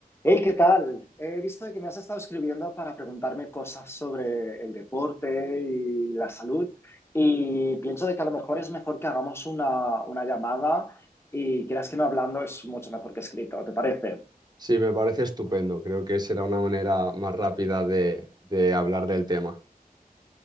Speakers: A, on the left; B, on the right.
A: Hey, ¿qué tal? He visto de que me has estado escribiendo para preguntarme cosas sobre el deporte y la salud y pienso de que a lo mejor es mejor que hagamos una, una llamada y creas que no hablando es mucho mejor que escrito, ¿te parece?
B: Sí, me parece estupendo. Creo que será una manera más rápida de, de hablar del tema.